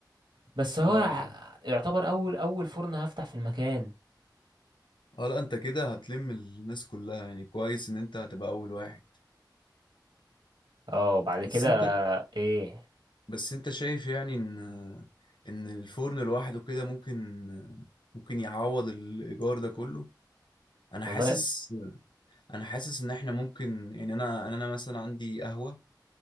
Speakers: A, on the right (about 85°); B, on the left (about 80°).
A: بس هو
B: اه
A: ع- يعتبر اول اول فرن هفتح في المكان
B: اه لا انت كده هتلم الناس كلها يعني كويس ان انت هتبقى اول واحد
A: اه وبعد كده
B: بس انت
A: ايه
B: بس انت شايف يعني ان ان الفرن لوحده كده ممكن ممكن يعوض الايجار ده كله انا
A: والله
B: حاسس انا حاسس ان احنا ممكن ان انا ان انا مثلا عندي قهوة